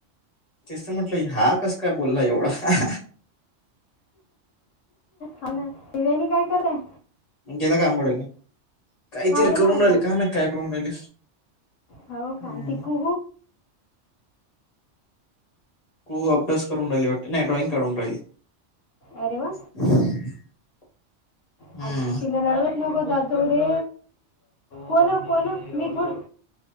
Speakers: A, on the left; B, on the left.
A: तेच च म्हटलं हा कस काय बोलला एवढा
B: हो ना दिव्यानी काय करताय
A: गेला का आंघोळीला काहीतरी
B: हो गेला
A: करून
B: आता
A: राहिले का म काय करून राहिले
B: हो का
A: हम्म.
B: ती खुप
A: खू अभ्यास करून राहिली वाटत नाही डॉइंग काढून राहिली
B: अरे वा
A: <inaudible> <unintelligible> हम्म
B: आ तिला रडवत नको जावु रे कोण कोण मी थोड